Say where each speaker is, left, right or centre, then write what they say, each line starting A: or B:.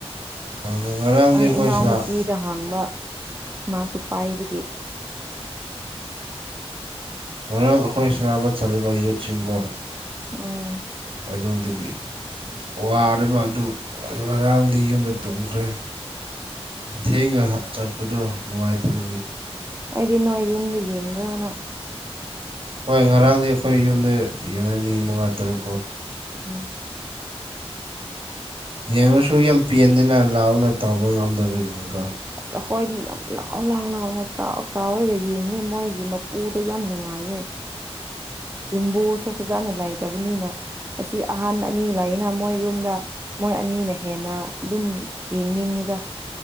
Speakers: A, on the right; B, on the right.
A: ꯈꯪꯗꯦ ꯉꯔꯥꯡꯗꯤ
B: ꯑꯩ
A: ꯑꯩꯈꯣꯏ
B: ꯏꯅꯥꯎ
A: ꯁꯥꯅ
B: ꯅꯨꯄꯤ ꯅꯍꯥꯡꯕ ꯃꯥꯁꯨ ꯄꯥꯏꯕꯒꯤ
A: ꯃꯔꯥꯡ ꯑꯩꯈꯣꯏ ꯁꯅꯥꯕ ꯆꯠꯂꯤꯕ ꯌꯨꯠꯁꯤꯡꯒꯣ
B: ꯑꯣ
A: ꯑꯗꯨꯗꯒꯤ ꯋꯥꯔꯕ ꯑꯗꯨ ꯉꯔꯥꯡꯗꯤ ꯌꯨꯝꯗ ꯇꯨꯝꯈ꯭ꯔꯦ ꯊꯦꯡꯉꯥ ꯆꯠꯄꯗꯣ ꯅꯨꯡꯉꯥꯏꯇꯕꯒꯤ
B: ꯑꯩꯗꯤ ꯅꯣꯏ ꯌꯨꯝꯗ ꯌꯦꯡꯕ꯭ꯔꯥꯅ
A: ꯍꯣꯏ ꯉꯔꯥꯡꯗꯤ ꯑꯩꯈꯣꯏ ꯌꯨꯝꯗ ꯌꯦꯡꯉꯦ ꯃꯤ ꯃꯉꯥ ꯇꯔꯨꯛ ꯀꯣ
B: ꯎꯝ
A: ꯌꯦꯡꯉꯁꯨ ꯌꯥꯝ ꯄꯦꯟꯗꯅ ꯂꯥꯎꯅ ꯇꯧꯕ ꯉꯝꯗꯕꯒꯤꯀꯣ
B: ꯑꯁ ꯑꯩꯈꯣꯏꯗꯤ ꯌꯥꯝ ꯂꯥꯎ ꯂꯥꯎ ꯂꯥꯎꯅ ꯀꯥꯎ ꯀꯥꯎꯔꯒ ꯌꯦꯡꯉꯦ ꯃꯣꯏꯒꯤ ꯃꯄꯨꯗꯣ ꯌꯥꯝ ꯅꯨꯡꯉꯥꯏꯌꯦ ꯌꯨꯝꯕꯨꯁꯨ ꯐꯖꯅ ꯂꯩꯇꯕꯅꯤꯅ ꯑꯁꯤ ꯑꯍꯥꯟ ꯑꯅꯤ ꯂꯥꯛꯌꯦꯅ ꯃꯣꯏ ꯌꯨꯝꯗ ꯃꯣꯏ ꯑꯅꯤꯅ ꯍꯦꯟꯅ ꯑꯗꯨꯝ ꯌꯦꯡꯅꯤꯡꯉꯤꯗ